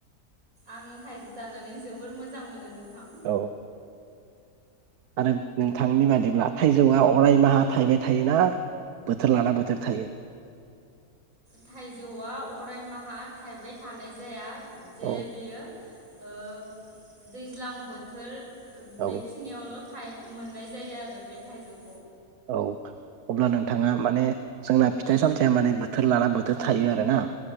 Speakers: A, on the right (about 60°); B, on the right (about 80°).
A: आं थाइजौ जानानै जोबोर मोजां मोनो नों थां।
B: औ आरो नोंथांनि बादिब्ला थाइजौआ अरायमाहा थाइबाय थायोना बोथोर लाना बोथोर थायो?
A: थाइजौआ अरायमाहा थाइबाय थानाय जाया। जे
B: औ
A: बियो ओ दैज्लां बोथोर
B: औ
A: बेखिनिआवल थायो मोननाय जायो आरो बे थाइजौ
B: औ अब्ला नोंथांङा माने जोंना फिथाइ सामथाया माने बोथोर लाना बोथोर थायो आरो ना।